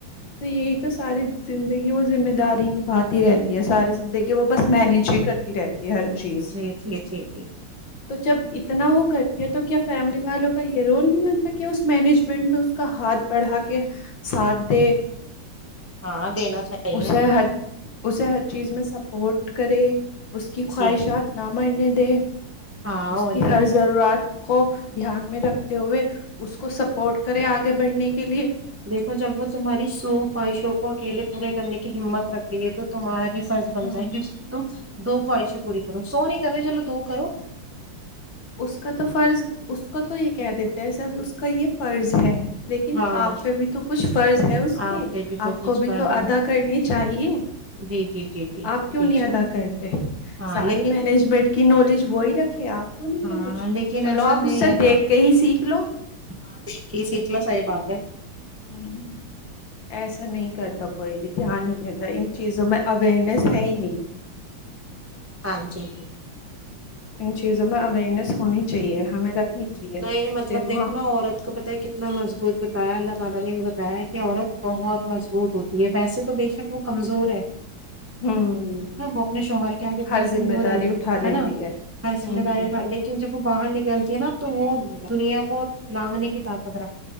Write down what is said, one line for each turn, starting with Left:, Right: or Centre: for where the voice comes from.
Left: تو یہی تو ساری زندگی وہ ذمہ داری نبھاتی رہتی ہے ساری زندگی وہ بس مینیج ہی کرتی رہتی ہے ہر چیز
Right: جی جی جی جی
Left: تو جب اتنا وہ کرتی ہے تو کیا فیملی والوں کا یہ رول نہیں بنتا کہ اس مینجمنٹ میں اس کا ہاتھ بڑھا کے ساتھ دے
Right: ہاں دینا چاہیے
Left: اسے ہر اسے ہر چیز میں سپورٹ کرے اس کی خواہشات
Right: جی
Left: نہ منی د
Right: ہاں
Left: اس
Right: اور
Left: کی
Right: کیا
Left: ہر ضرورت کو دھیان میں رکھتے ہوئے اس کو سپورٹ کرے آگے بڑھنے کے لیے
Right: دیکو جب وہ تمہاری سو خواہشوں کو اکیلے پورے کرنے کی ہمت رکھ رہی ہے تو تمہارا بھی فرض بنتا
Left: ہوں
Right: ہے کہ اس کی تو دو ہوائی شک بوری کرو سو نہیں کر رہ چل دو کرو
Left: اس کا تو فرض اس کو تو یہ کہہ دیتے ہیں سب اس کا یہ فرض ہے لیکن
Right: ہاں
Left: آپ پہ بھی تو کچھ فرض ہے اس کے
Right: آپ پہ بھی تو
Left: آپ
Right: کچھ
Left: کو بھی
Right: پڑ
Left: تو ادا
Right: گیا
Left: کرنے چاہیے
Right: جی جی جی جی
Left: آپ کیوں
Right: جی
Left: نہیں
Right: شا
Left: ادا کرتے
Right: ہاں
Left: سارے
Right: لیکن
Left: مینجمنٹ کی نالج وہی رکھے آپ کو نہیں
Right: ہاں
Left: ہے کچھ
Right: لیکن
Left: چلو
Right: ایسا
Left: آپ
Right: نہیں
Left: اس سے
Right: ہے
Left: دیکھ
Right: نا
Left: کے ہی سیکھ لو
Right: ہاں د کل صاحب آات ہے
Left: ہوں، ایسا نہیں کرتا کوئی بھی دھیان نہیں دیتا ان چیزوں میں اورنیس ہے ہی نہیں
Right: ہاں جی
Left: ان چیزوں میں اوئیرنیس ہونی چاہیے ہمیں رکھنی چاہیے
Right: نہیں مطلب دیکھو
Left: ہاں
Right: نا عورت کو پتا ہے کتنا مضبوط بتایا الگ س ہے کہ
Left: ہوں
Right: عورت بہت مضبوط ہوتی ہے ویسے تو بے شک وہ کمزور ہے ا
Left: ہوں،
Right: وہ اپنے شوہر کے آگے
Left: ہر
Right: بہت
Left: ذمہ
Right: کمزور
Left: داری
Right: ہے
Left: اٹھا لیتی
Right: ہے نا ہر ذمہ
Left: ہ
Right: داری
Left: ہ
Right: اٹھا لیکن جب وہ باہر نکلتی ہے نا وہ دنیا کو لانگنے کی طاقت رکھ